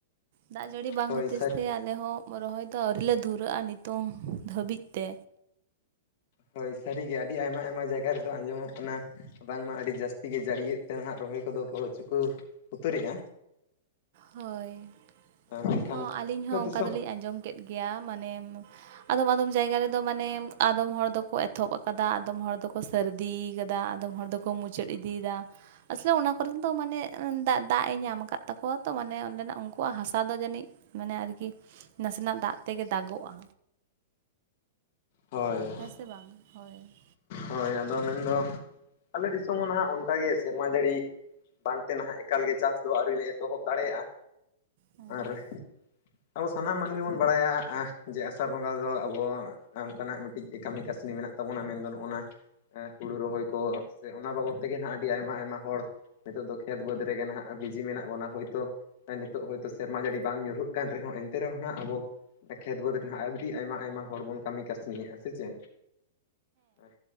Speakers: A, on the right; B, on the left.
A: ᱫᱟᱜ ᱡᱟᱹᱲᱤ ᱵᱟᱝ
B: ᱦᱳᱭ
A: ᱦᱚᱛᱮᱡ
B: ᱥᱟᱹᱨᱤ
A: ᱛᱮ ᱟᱞᱮ ᱦᱚᱸ ᱨᱚᱦᱚᱭ ᱫᱚ ᱟᱹᱣᱨᱤ ᱞᱮ ᱫᱷᱩᱨᱟᱹᱜᱼᱟ ᱱᱤᱛᱚᱝ ᱫᱷᱟᱹᱵᱤᱡ ᱛᱮ
B: ᱦᱳᱭ ᱥᱟᱹᱨᱤᱜᱮ ᱟᱹᱰᱤ ᱟᱭᱢᱟ ᱟᱭᱢᱟ ᱡᱟᱭᱟ ᱨᱮᱫᱚ ᱟᱸᱡᱚᱢᱚᱜ ᱠᱟᱱᱟᱼᱼ ᱵᱟᱝᱢᱟ ᱟᱹᱰᱤ ᱡᱟᱹᱥᱛᱤ ᱜᱮ ᱡᱟᱹᱜᱤᱭᱮᱫ ᱛᱮ ᱱᱟᱦᱟᱸᱜ ᱨᱚᱦᱚᱭ ᱠᱚᱫᱚ ᱠᱚ ᱪᱩᱠᱟᱩᱣᱼᱼ ᱩᱛᱟᱹᱨᱮᱜᱼᱟ᱾
A: ᱦᱳᱭ
B: ᱢᱮᱱᱠᱷᱟᱱ
A: ᱦᱚᱸ ᱟᱹᱞᱤᱧ
B: ᱟᱞᱮ
A: ᱦᱚᱸ
B: ᱫᱤᱥᱚᱢ
A: ᱚᱱᱠᱟ ᱫᱚᱞᱤᱧ ᱟᱸᱡᱚᱢ ᱠᱮᱫ ᱜᱮᱭᱟ ᱢᱟᱱᱮ᱾ ᱟᱫᱚᱢ ᱟᱫᱚᱢ ᱡᱟᱭᱜᱟ ᱨᱮᱫᱚ ᱢᱟᱱᱮ ᱟᱫᱚᱢ ᱦᱚᱲ ᱫᱚᱠᱚ ᱮᱛᱚᱦᱚᱵ ᱠᱟᱫᱟ ᱟᱫᱚᱢ ᱦᱚᱲ ᱫᱚᱠᱚᱼᱼ ᱥᱟᱹᱨᱫᱤᱭ ᱠᱟᱫᱟ ᱟᱫᱚᱢ ᱦᱚᱲ ᱫᱚᱠᱚ ᱢᱩᱪᱟᱹᱫ ᱤᱫᱤᱫᱟ᱾ ᱟᱥᱚᱞᱮ ᱚᱱᱟ ᱠᱚᱨᱮ ᱫᱚ ᱢᱟᱱᱮ ᱫᱟᱜ ᱫᱟᱜ ᱮ ᱧᱟᱢ ᱠᱟᱫ ᱛᱟᱠᱼᱼ ᱠᱣᱭᱟ ᱛᱚ ᱢᱟᱱᱮ ᱚᱸᱰᱮᱱᱟᱜ ᱩᱱᱠᱩᱣᱟᱜ ᱦᱟᱥᱟ ᱫᱚ ᱡᱟᱹᱱᱤᱡ ᱢᱟᱱᱮ ᱟᱨᱠᱤ ᱱᱟᱥᱮᱱᱟᱜ ᱫᱟᱜ ᱛᱮᱜᱮ ᱫᱟᱜᱚᱜᱼᱟ᱾
B: ᱦᱳᱭ
A: ᱦᱮᱸ ᱥᱮ ᱵᱟᱝ ᱦᱳᱭ
B: ᱦᱳᱭ ᱟᱫᱚ ᱢᱮᱱᱫᱚ ᱟᱞᱮ ᱫᱤᱥᱚᱢ ᱦᱚᱸ ᱱᱟᱦᱟᱜ ᱚᱱᱠᱟᱜ ᱜᱮ ᱥᱮᱨᱢᱟ ᱡᱟᱹᱲᱤ᱾ ᱵᱟᱝᱼᱛᱮ ᱱᱟᱦᱟᱜ ᱮᱠᱟᱞᱜᱮ ᱪᱟᱥ ᱫᱚ ᱟᱹᱣᱨᱤ ᱞᱮ ᱮᱛᱚᱦᱚᱵ ᱫᱟᱲᱮᱭᱟᱜᱼᱟ
A: ᱦᱮᱸ
B: ᱟᱨᱼᱼ ᱟᱵᱚ ᱥᱟᱱᱟᱢ ᱢᱟᱹᱱᱢᱤ ᱵᱚᱱ ᱵᱟᱲᱟᱭᱟ ᱡᱮ ᱟᱥᱟᱲ ᱵᱚᱸᱜᱟᱫᱚ ᱟᱵᱚᱼᱼ ᱟᱨ ᱚᱱᱠᱟᱱᱟᱜ ᱢᱤᱫᱴᱤᱡ ᱠᱟᱹᱢᱤ ᱠᱟᱹᱥᱱᱤ ᱢᱮᱱᱟᱜ ᱛᱟᱵᱚᱱᱟ ᱢᱮᱱᱫᱚ ᱱᱚᱜᱼᱚᱱᱟ᱾ ᱦᱩᱲᱩ ᱨᱚᱦᱚᱭ ᱠᱚ ᱥᱮ ᱚᱱᱟ ᱵᱟᱵᱚᱫ ᱛᱮᱜᱮ ᱦᱟᱜ ᱟᱹᱰᱤ ᱟᱭᱢᱟ ᱟᱭᱢᱟ ᱦᱚᱲ ᱱᱤᱛᱚᱜ ᱫᱚ ᱠᱷᱮᱛ ᱵᱟᱹᱫᱽ ᱨᱮᱜᱮ ᱱᱟᱦᱟᱜ ᱵᱤᱡᱤ ᱢᱮᱱᱟᱜ ᱵᱚᱱᱟ ᱦᱳᱭ ᱛᱚᱼᱼ ᱱᱤᱛᱚᱜ ᱦᱳᱭᱛᱳ ᱥᱮᱨᱢᱟ ᱡᱟᱹᱲᱤ ᱵᱟᱝ ᱧᱩᱨᱦᱩᱜ ᱠᱟᱱ ᱨᱮᱦᱚᱸ ᱮᱱᱛᱮ ᱨᱮᱦᱚᱸᱱᱟᱜ ᱟᱵᱚ, ᱠᱷᱮᱛ ᱵᱟᱹᱫᱽ ᱨᱮᱦᱟᱜ ᱟᱹᱰᱤ ᱟᱭᱢᱟ ᱟᱭᱢᱟ ᱦᱚᱲ ᱵᱚᱱ ᱠᱟᱹᱢᱤ ᱠᱟᱹᱥᱱᱤᱭᱮᱼᱟ ᱥᱮ ᱪᱮ? ᱦᱮᱸ